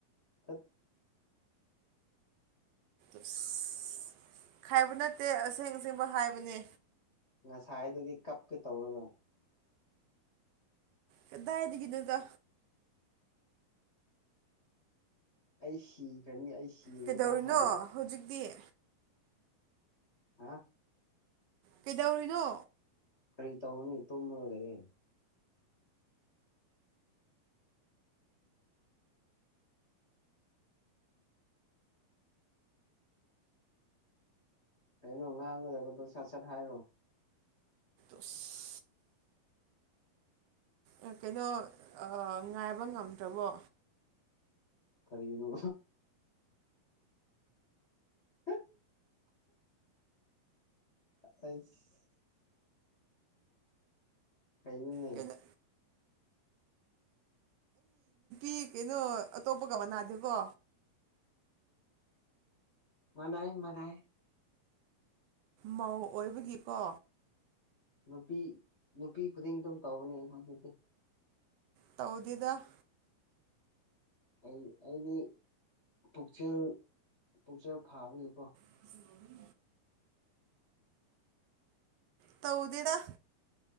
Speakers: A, on the left; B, on the right.
A: ꯐꯠ
B: ꯑꯁ ꯈꯥꯏꯕ ꯅꯠꯇꯦ ꯑꯁꯦꯡ ꯑꯁꯦꯡꯕ ꯍꯥꯏꯕꯅꯦ
A: ꯉꯁꯥꯏꯗꯒꯤ ꯀꯞꯀꯦ ꯇꯧꯔꯒ
B: ꯀꯗꯥꯏꯗꯒꯤꯅꯣꯗ
A: ꯑꯩ ꯁꯤꯈ꯭ꯔꯅꯤ ꯑꯩ ꯁꯤꯔꯅꯤ
B: ꯀꯩꯗꯧꯔꯤꯅꯣ
A: ꯅꯪ ꯍꯥꯏꯗꯣ
B: ꯍꯧꯖꯤꯛꯇꯤ
A: ꯍꯥ
B: ꯀꯩꯗꯧꯔꯤꯅꯣ
A: ꯀꯔꯤ ꯇꯧꯔꯨꯅꯤ ꯇꯨꯝꯃꯒ ꯂꯩꯌꯦ ꯀꯩꯅꯣ ꯉꯥꯡꯒꯗꯕꯗꯣ ꯁꯠ ꯁꯠ ꯍꯥꯏꯔꯣ
B: ꯑꯁ ꯑꯦ ꯀꯩꯅꯣ ꯉꯥꯏꯕ ꯉꯝꯗ꯭ꯔꯕꯣ
A: ꯀꯔꯤꯅꯣ <inaudible> ꯑꯩꯁ ꯀꯩꯅꯣꯅꯦ
B: ꯀꯩꯅꯣ ꯁꯤ ꯀꯩꯅꯣ ꯑꯇꯣꯞꯄꯒ ꯃꯥꯟꯅꯗꯦꯕꯣ
A: ꯃꯅꯥꯏ ꯃꯅꯥꯏ
B: ꯃꯧ ꯑꯣꯏꯕꯒꯤꯀꯣ
A: ꯅꯨꯄꯤ ꯅꯨꯄꯤ ꯈꯨꯗꯤꯡ ꯗꯨꯝ ꯇꯧꯕꯅꯦ ꯑꯩꯈꯣꯏꯗꯗꯤ
B: ꯇꯧꯗꯦꯗ
A: ꯑꯩ ꯑꯩꯗꯤ ꯄꯨꯛꯆꯦꯜ ꯄꯨꯛꯆꯦꯜ ꯐꯥꯕꯒꯤꯀꯣ
B: <inaudible> ꯇꯧꯗꯦꯗ